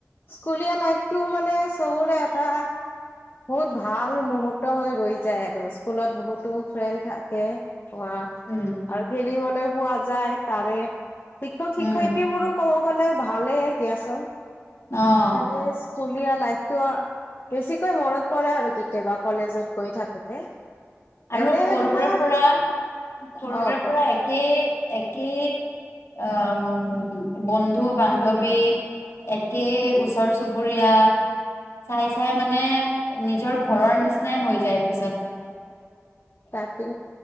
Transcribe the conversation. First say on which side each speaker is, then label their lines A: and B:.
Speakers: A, on the left; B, on the left.
A: স্কুলীয়া লাইফটো মানে চবৰে এটা বহুত ভাল মুহুৰ্ত হৈ ৰৈ যায় আৰু স্কুলত বহুতো ফ্ৰেণ্ড থাকে। অম
B: উম
A: আৰু খেলিবলৈ পোৱা যায়। তাৰে শিক্ষক
B: উম
A: শিক্ষয়িত্ৰী বোৰো কৰ গলে ভালেই দিয়াচোন
B: অঁ
A: মানে স্কুলীয়া লাইফটো অ বেছি কৈ মনত পৰে আৰু কেতিয়াবা কলেজত গৈ থাকোতে
B: আৰু
A: এনে
B: সৰুৰে
A: তোমাৰ
B: পৰা সৰুৰে
A: অ কোৱা
B: পৰা একেই একেই আহ বন্ধু বান্ধৱী একেই ওচৰ চুবুৰীয়া চাই চাই মানে নিজৰ ঘৰৰ নিচিনাই হৈ যায় পিছত
A: তাকে